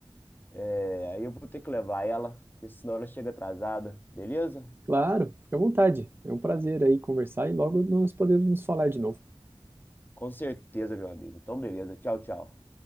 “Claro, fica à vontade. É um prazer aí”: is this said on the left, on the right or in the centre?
Right